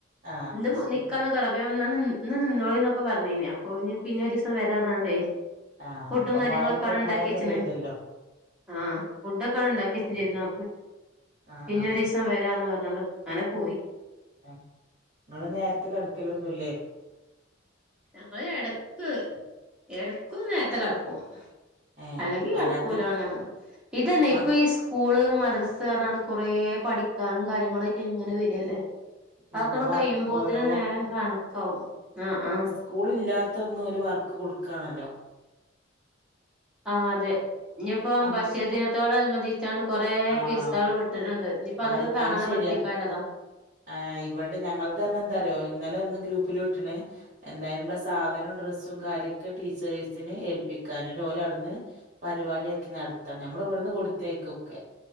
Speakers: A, on the right; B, in the centre.
A: ആഹ്
B: ഇന്ന്
A: അത് ശരി
B: നിക്കാന്ന അ വന്നാ നിന്ന് നിന്നോളിന്നൊക്കെ പറഞ്ഞീനി അപ്പൊ പിന്നെ ഒരു ദിവസം വരാ പറഞ്ഞാണ്ടയ്
A: ആഹ്
B: ഫുഡും
A: ഇപ്പം
B: കാര്യങ്ങളൊക്കെ
A: മഴൊക്കെ
B: അവിടെണ്ടക്കി
A: മഴൊക്കെ
B: വെച്ച്ണ്
A: പെയ്തല്ലോ
B: ആഹ് ഫുഡൊക്കെ അവിടെ ഇണ്ടാക്കിച്ചും
A: ഉം
B: ചെയ്ത്ണ്
A: ആഹ്
B: പിന്നെ
A: ആഹ്
B: ഒരീസം വരണ്ട് <unintelligible> പറഞ്ഞോണ്ട് അങ്ങനെ പോയി
A: ആഹ് ഇങ്ങള് നേരത്തെ കെടക്കൽ ഒന്നുല്ലേ
B: ഞങ്ങള് എടക്ക് എടക്ക് നേരത്തെ കെടക്കും
A: ഏഹ്
B: അല്ലെങ്കിൽ
A: അല്ലാത്ത
B: കെടക്കൂല ഞങ്ങ ഇതന്നെ
A: മ
B: ഇപ്പൊ ഈ സ്കൂ സ്കൂള് മദ്രസ് പറഞ്ഞാണ്ട് കൊറേപഠിക്കാനും കാര്യങ്ങളും ആയിട്ട് ഇങ്ങനെ വരല്ലേ
A: പിന്നെ
B: അതൊക്ക
A: വർക്ക്
B: കഴിയുമ്പോത്തിന്
A: ഓരോ
B: നേരം കണക്കാവും ആഹ് ആഹ്
A: സ്കൂളില്ലാത്തന്നും ഓര് വർക്ക് കൊടുക്കണല്ലോ
B: ആഹ് അതെ ഇഞ്ഞിപ്പോ
A: അന്ന്
B: ബശീർ ദിനത്തോട് അനുബന്ധിച്ചാണ്ട് കൊറേ
A: ആഹ്
B: കിസ്സാള് വിട്ട്ണ്ട് അപ്പ അതൊക്കെ
A: അത്
B: കാണാതെ
A: അത് ശരിയാ
B: പഠിപ്പിക്കാല്ലതാ
A: ആഹ് ഇവടെ ഞങ്ങള്ത് പറഞ എന്താറിയോ ഇന്നലെ ഒന്ന് ഗ്രൂപ്പില് വിട്ട്ണ് എന്തയിനുള്ള സാധനം ഡ്രസ്സും കാര്യൊക്കെ ടീച്ചേഴ്സിനെ ഏൽപ്പിക്കാന് ഇഞ്ഞട്ട് ഓല് അവ്ട്ന്ന് പരിവാടിയാക്കി നടത്ത ഞമ്മളിവട്ന്ന് കൊടുത്തയ്ക്കൊക്കെ